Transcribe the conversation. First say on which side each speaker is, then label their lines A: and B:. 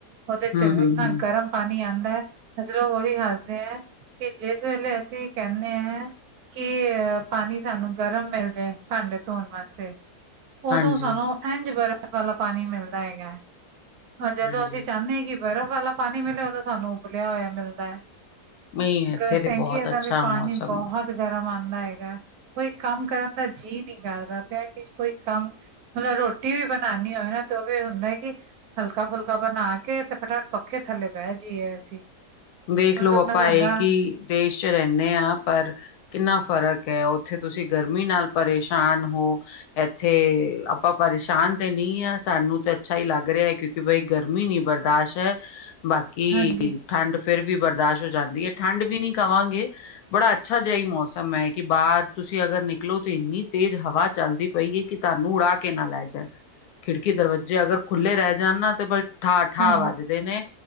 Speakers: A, on the right (about 75°); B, on the left (about 75°).
A: ਓਦੇ
B: ਹਮ
A: ਤੇ ਵੀ
B: ਹਮ
A: ਏਨਾਂ
B: ਹਮ
A: ਗਰਮ ਪਾਣੀ ਆਂਦਾ ਐ ਅਸੀ ਓਵੀ ਹੱਸਦੇ ਆ ਕੀ ਜਿਸ ਵੇਲੇ ਅਸੀਂ ਕੈਣੇ ਐ। ਕੀ ਅ ਪਾਣੀ ਸਾਨੂੰ ਗਰਮ ਮਿਲ ਜੇ ਭਾਂਡੇ ਧੋਣ ਵਾਸੇ। ਓਦੋਂ
B: ਹਾਂਜੀ
A: ਸਾਨੂੰ ਏਂਝ ਬਰਫ਼ ਵਾਲਾ ਪਾਣੀ ਮਿਲਦਾ ਹੈਗਾ। ਪਰ ਜਦੋਂ
B: ਹਾਂਜੀ
A: ਅਸੀਂ ਚਾਣੇ ਕੀ ਬਰਫ਼ ਵਾਲਾ ਪਾਣੀ ਮਿਲੇ, ਉਦੋਂ ਸਾਨੂੰ ਉਬਲਿਆ ਹੋਇਆ ਮਿਲਦਾ ਐ।
B: ਨਹੀਂ ਇੱਥੇ
A: ਗ
B: ਤੇ
A: ਟੈਂਕੀਆਂ
B: ਬਹੁਤ
A: ਦਾ
B: ਅੱਛਾ
A: ਵੀ ਪਾਣੀ
B: ਮੌਸਮ
A: ਬਹੁਤ
B: ਹੈ
A: ਗਰਮ ਆਂਦਾ ਹੈਗਾ। ਕੋਈ ਕੰਮ ਕਰਨ ਦਾ ਜੀਅ ਨੀਂ ਕਰਦਾ ਪਿਆ ਕੀ ਕੋਈ ਕੰਮ ਮਤਲਬ ਰੋਟੀ ਵੀ ਬਣਾਣੀ ਹੋਏ ਨਾਂ ਤੇ ਓ ਵੀ ਹੁੰਦਾ ਕੀ ਹਲਕਾ-ਫੁਲਕਾ ਬਣਾ ਕੇ ਤੇ ਫਟਾ-ਫਟ ਪੱਖੇ ਥੱਲੇ ਬਹਿ ਜਈਏ ਅਸੀਂ।
B: ਦੇੇਖ
A: ਹੁਣ
B: ਲਓ
A: ਸੁਖਨਾ
B: ਆਪਾਂ
A: ਸਾਡਾ
B: ਏ ਕਿ ਦੇਸ਼ ਚ ਰੈਂਣੇ ਆਂ ਪਰ ਕਿੰਨਾ ਫ਼ਰਕ ਐ, ਓਥੇ ਤੁਸੀਂ ਗਰਮੀ ਨਾਲ ਪਰੇਸ਼ਾਨ ਹੋ। ਏਥੇ ਆਪਾਂ ਪਰੇਸ਼ਾਨ ਤੇ ਨੀਂ ਆਂ, ਸਾਨੂੰ ਤੇ ਅੱਛਾ ਈ ਲੱਗ ਰਿਹਾ ਕਿਉਂਕਿ ਕਿ ਬਈ ਗਰਮੀ ਨੀਂ ਬਰਦਾਸ਼ਤ ਐ। ਬਾਕੀ
A: ਹਾਂਜੀ
B: ਠੰਡ ਫਿਰ ਵੀ ਬਰਦਾਸ਼ ਹੋ ਜਾਂਦੀ ਐ, ਠੰਡ ਵੀ ਨੀਂ ਕਵਾਂਗੇ। ਬੜਾ ਅੱਛਾ ਜਿਆ ਈ ਮੌਸਮ ਏ ਕਿ ਬਾਰ ਤੁਸੀਂ ਅਗਰ ਨਿਕਲੋ ਤਾਂ ਏਨੀ ਤੇਜ਼ ਹਵਾ ਚੱਲਦੀ ਪਈ ਐ ਕੀ ਤਾਨੂੰ ਉੜਾ ਕੇ ਨਾਂ ਲੈ ਜਾਏ।
A: <inaudible>
B: ਖਿੜਕੀ, ਦਰਵਜੇ ਅਗਰ ਖੁੱਲ੍ਹੇ ਰੈ ਜਾਣ ਨਾਂ ਤੇ ਬ ਠਾ-ਠਾ
A: ਹਾਂਜੀ
B: ਵੱਜਦੇ ਨੇਂ।